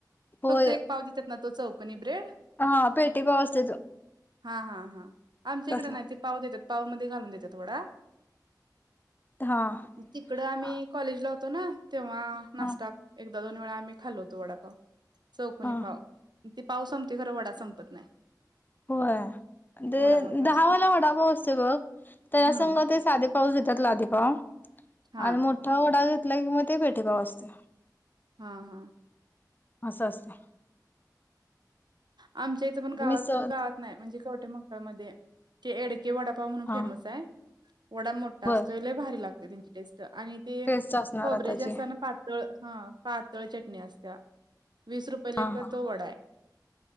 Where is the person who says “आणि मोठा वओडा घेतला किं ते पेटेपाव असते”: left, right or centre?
Left